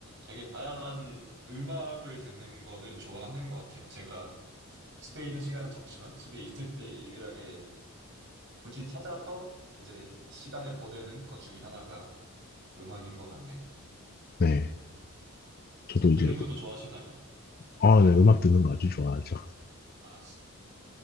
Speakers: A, on the right; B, on the left.
A: 되게 다양한 음악을 듣는 거는 좋아하는 것 같아요. 제가 집에 있는 시간은 적지만 집에 있을 때 유일하게 굳이 찾아서 이제 시간을 보내는 것 중에 하나가 음악인 것 같네요.
B: 네. 저도 이제,
A: 듣는 것도 좋아하시나요?
B: 아, 네, 음악 듣는 거 아주 좋아하죠.
A: 아,